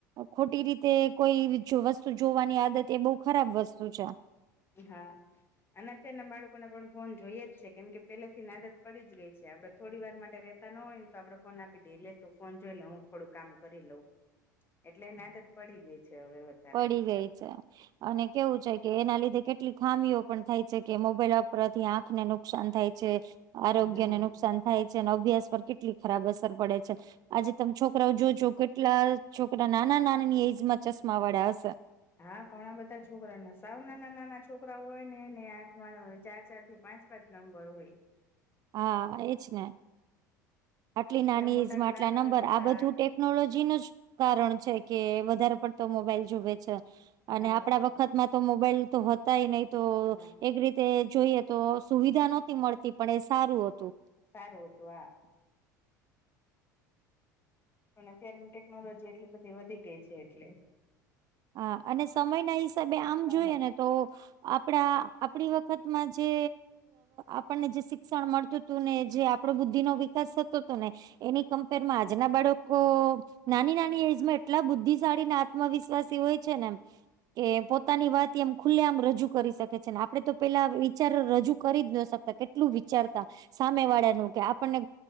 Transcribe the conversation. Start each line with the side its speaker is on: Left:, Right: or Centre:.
Right: ખોટી રીતે કોઈ વસ્તુ જોવાની આદત એ બહુ ખરાબ વસ્તુ છે.
Left: હા. અને અત્યારના બાળકોને પણ ફોન જોઈએ જ છે કેમ કે પેલે થીને આદત પડી જ ગઈ છે આપડ. થોડી વાર માટે રહેતા ના હોય ને તો આપડે ફોન આપી દે લેતું ફોન જોઈ લઉ હું થોડું કામ કરી લઉં.
Right: હ.
Left: એટલે નાટક પડી ગઈ છે હવે બધા
Right: પડી ગઈ છે અને કેવું છે કે એના લીધે કેટલી ખામીઓ પણ થાય છે કે મોબાઈલ વાપરવાથી આંખને નુકસાન થાય છે આરોગ્યને
Left: હા
Right: નુકસાન થાય છે અને અભ્યાસ પર કેટલી ખરાબ અસર પડે છે. આજે તમે છોકરાઓ જોજો કેટલા છોકરા નાના નાનાની એજમાં ચશ્મા વાળા હશે.
Left: હા ઘણા બધા છોકરા ના સાવ નાના નાના છોકરા હોય ને ને આંખમાં ચાર ચાર થી પાંચ પાંચ નંબર હોય.
Right: હા એજ ને. આટલી નાની
Left: એટલા મોટા
Right: એજ માં
Left: ગ્લાસ
Right: આટલા નંબર
Left: હોય ને
Right: આ બધું ટેકનોલોજી નું જ કારણ છે કે વધારે પડતો મોબાઈલ જુવે છે. અને
Left: હા
Right: આપડા
Left: સાચા
Right: વખતમાં તો મોબાઈલ તો હતાય નહી તો
Left: હા
Right: એક રીતે જોઈએ તો સુવિધા નહોતી મળતી પણ એ સારું હતું.
Left: સારું હતું હા પણ અત્યારેની ટેકનોલોજી એટલી બધી વધી ગઈ છે એટલે
Right: હા અને સમય ના હિસાબે આમ
Left: સમય
Right: જોઈએ ને તો આપણા આપણી વખતમાં જે આપણને જે શિક્ષણ મળતું ને જે આપડો બુદ્ધિ નો વિકાસ થતો હતો ને એની કમ્પેરમાં આજના બાળકો નાની નાની એજમાં એટલા બુદ્ધિશાળીને આત્મવિશ વાસી હોય છે ને એમ કે પોતાની વાત એમ ખુલ્લે આમ રજૂ કરી શકે છે ને આપડે તો પેલા વિચાર રજૂ કરી જ ન શકતા કે એટલું વિચારતા સામે વાળાનું કે આપણને